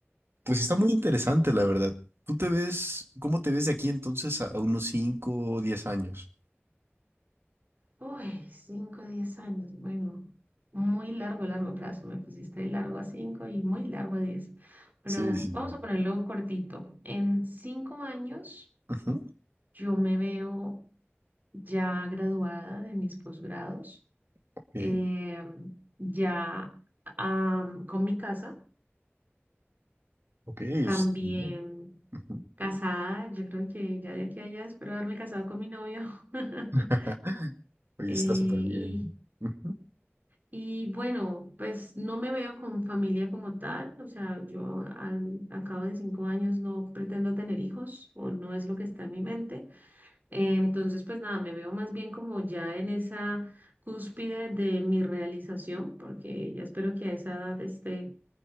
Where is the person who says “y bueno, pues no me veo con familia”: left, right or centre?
Right